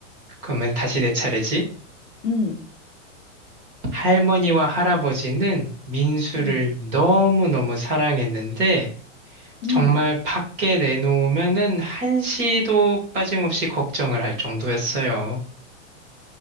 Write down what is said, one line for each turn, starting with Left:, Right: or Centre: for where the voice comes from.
Right: 그러면 다시 내 차례지?
Left: 응,
Right: 할머니와 할아버지는 민수를
Left: 응,
Right: 너무너무 사랑했는데,
Left: 응.
Right: 정말 밖에 내놓으면은 한시도 빠짐없이 걱정을 할 정도였어요.